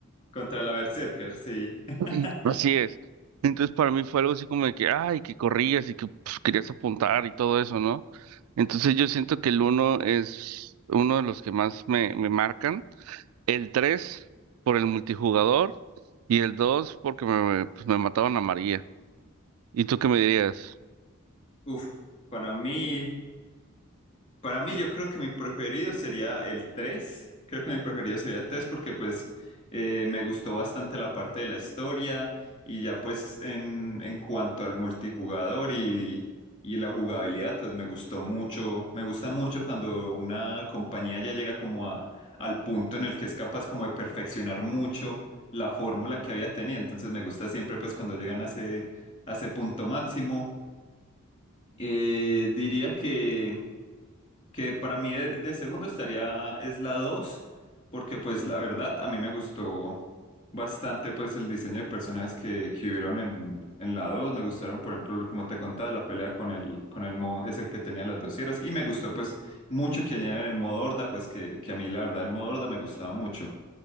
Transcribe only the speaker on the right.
Sí. Así es. Entonces para mí fue algo así como de que, ay, que corrías y que pues, querías apuntar y todo eso, ¿no? Entonces yo siento que el uno es uno de los que más me, me marcan. El 3 por el multijugador y el 2 porque me, pues, me mataron a María. ¿Y tú qué me dirías?